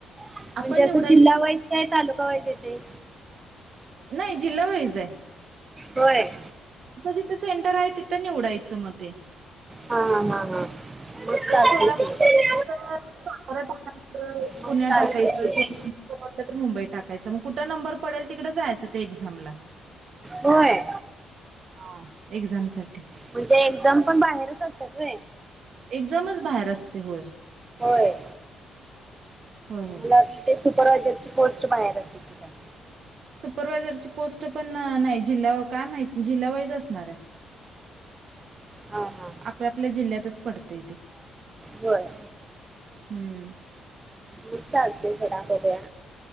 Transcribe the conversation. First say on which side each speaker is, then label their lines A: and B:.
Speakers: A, on the right; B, on the right.
A: म्हणजे
B: आपण
A: असं
B: निवडायच
A: जिल्हा वाईज काय तालुका वाइज येतंय
B: नाही जिल्हा वाईज हाय
A: होय.
B: जिथं जिथं सेंटर आहे तिथं निवडायचं मग ते.
A: हा हा हा हा. मग चालतंय
B: एक कोल्हापूर
A: की.
B: टाकायचं, सातारा टाकायचं,
A: मग
B: पुणे
A: चालतंय
B: टाकायचं
A: की.
B: किंवा सोप वाटलं तर मुंबई टाकायचं मग कुठं नंबर पडेल तिकडें जायचं ते एक्झामला
A: होय.
B: हा एक्झामसाठी.
A: म्हणजे एक्झाम पण बाहेरच असतात होय.
B: एक्झामच बाहेर असते होय.
A: होय
B: होय, होय.
A: मला ते सुपरवायझरची पोस्ट बाहेर असते की काय.
B: सुपरवायझर ची पोस्ट पण नाही जिल्हा काय माहिती जिल्हा वाईज असणार हाय.
A: हा हा.
B: आपल्या आपल्या जिल्ह्यातच पडतंय ते.
A: बरं.
B: हम्म
A: मग चालतय सोडा बघुया